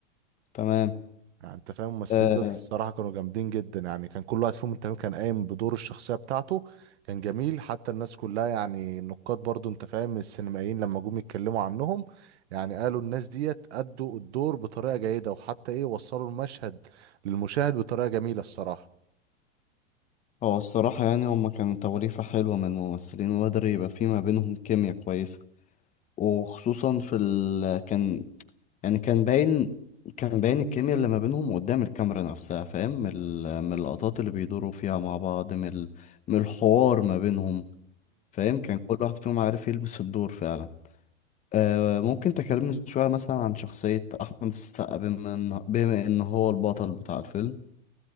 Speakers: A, on the left; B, on the right.
A: تمام
B: يعني انت فاهم الممثلين
A: آه
B: دول الصراحه كانوا جامدين جدا يعني كان كل واحد فيهم انت فاهم كان قايم بدور الشخصيه بتاعته كان جميل حتى الناس كلها يعني النقاد برضو انت فاهم السينمائيين لما جم يتكلموا عنهم يعني قالوا الناس ديت ادوا الدور بطريقه جيده وحتى ايه وصلوا المشهد للمشاهد بطريقه جميله الصراحه
A: هو الصراحه يعني هما كانوا توليفه حلوه من الممثلين وقدر يبقى في ما بينهم كيمياء كويسه وخصوصا في ال... كان يعني كان باين كان باين الكيمياء اللي ما بينهم قدام الكاميرا نفسها فاهم من ال- من اللقطات اللي بيدوروا فيها مع بعض من ال- من الحوار ما بينهم فاهم كان كل واحد فيهم عارف يلبس الدور فعلا آه ممكن تكلمني شوية مثلا عن شخصية أحمد السقا بما إن بما إن هو البطل بتاع الفيلم